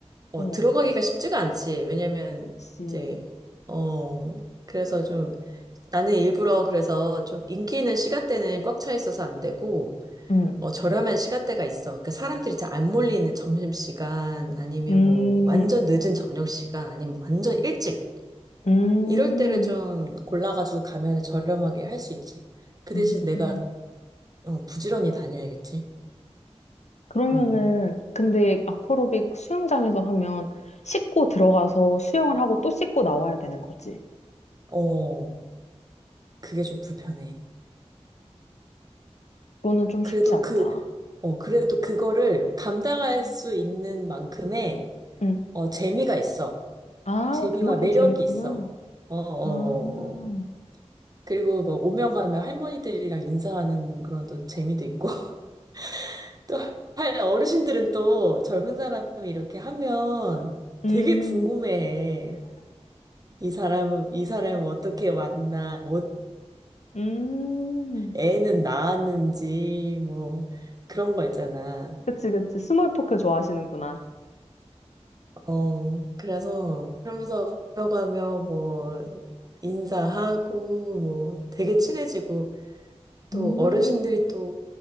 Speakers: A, on the right; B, on the left.
A: 어,
B: <laughs> 어,
A: 들어가기가 쉽지가 않지. 왜냐면,
B: 그치.
A: 이제, 어, 그래서 좀, 나는 일부러 그래서 좀 인기 있는 시간대는 꽉 차 있어서 안 되고,
B: 음,
A: 어, 저렴한 시간대가 있어. 그러니까 사람들이 잘 안 몰리는 점심시간, 아니면
B: 음,
A: 뭐, 완전 늦은 저녁시간, 아니면 완전 일찍.
B: 음.
A: 이럴 때를 좀 골라가지고 가면 저렴하게 할 수 있지. 그
B: 음,
A: 대신 내가,
B: 음.
A: 어, 부지런히 다녀야겠지.
B: 그러면은,
A: 음.
B: 근데 아쿠아로빅 수영장에서 하면 씻고 들어가서 수영을 하고 또 씻고 나와야 되는 거지.
A: 어. 그게 좀 불편해.
B: 그거는 좀
A: 그래도
B: 쉽지 않다.
A: 그, 어, 그래도 그거를 감당할 수 있는 만큼의,
B: 응
A: 어, 재미가 있어.
B: 아,
A: 재미와
B: 그만큼
A: 매력이
B: 재밌구나.
A: 있어. 어, 어, 어,
B: 아,
A: 어. 그리고 뭐, 오며 가며 할머니들이랑 인사하는 그런 또 재미도 있고, <laughs> 또, 할 어르신들은 또 젊은 사람이 이렇게 하면
B: 음,
A: 되게 궁금해해. 이 사람은, 이 사람은 어떻게 왔나, 뭐,
B: 음.
A: 애는 낳았는지, 뭐, 그런 거 있잖아.
B: 그치, 그치. 스몰 토크 좋아하시는구나.
A: 어, 그래서 그러면서 걸어가며 뭐 인사하고 뭐 되게 친해지고 또
B: 음.
A: 어르신들이 또